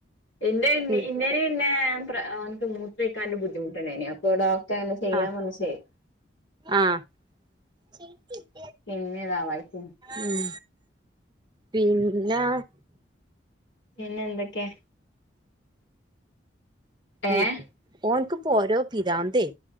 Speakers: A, on the left (about 85°); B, on the right (about 25°).
A: ഇന്റെ ന്ന്
B: പി
A: ഇന്നേ ന്നെ പ്ര ഓൻക്ക് മൂ ത്രൊയ്ക്കാൻ ബുദ്ധിമുട്ടുണ്ടായിനി അപ്പൊ ഡോക്ട്ടറ് അനെചെയ്യാം
B: ആഹ്
A: പർഞ് ചെയ്തു.
B: ആഹ് <inaudible>
A: പിന്നെതാ വായികു
B: ഉം പിന്നാ
A: പിന്നെ എന്തൊക്കെ ഏഹ്
B: ഉം ഓന്ക്ക് പോരോപിരാന്തെ